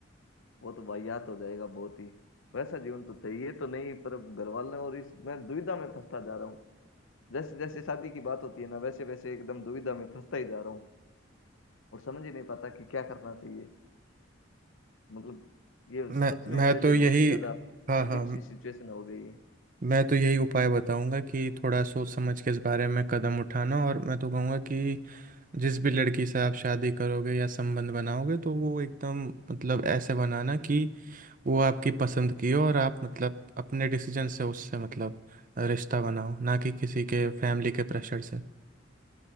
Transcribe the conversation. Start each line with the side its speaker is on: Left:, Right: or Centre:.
Left: वो तो वाहियात हो जाएगा बहुत ही वैसा जीवन तो चाहिए तो नहीं पर अब घर वाले और इस मैं दुविधा में फंसता जा रहा हूँ जैसे जैसे शादी की बात होती है ना वैसे वैसे एकदम दुविधा में फंसता ही जा रहा हूँ और समझ ही नहीं पाता कि क्या करना चाहिए मतलब ये
Right: मैं
Left: सच में
Right: मैं
Left: मेरे लिए
Right: तो
Left: बहुत
Right: यही
Left: ही ज्यादा
Right: हाँ
Left: अजीब
Right: हाँ
Left: सी सिचुएशन हो गई है
Right: मैं तो यही उपाय बताऊंगा कि थोड़ा सोच समझ के इस बारे में कदम उठाना और मैं तो कहूँगा कि जिस भी लड़की से आप शादी करोगे या संबंध बनाओगे तो वो एकदम मतलब ऐसे बनाना कि वो आपकी पसंद की हो और आप मतलब अपने डिसीजन से उससे मतलब रिश्ता बनाओ ना कि किसी के फैमिली के प्रेशर से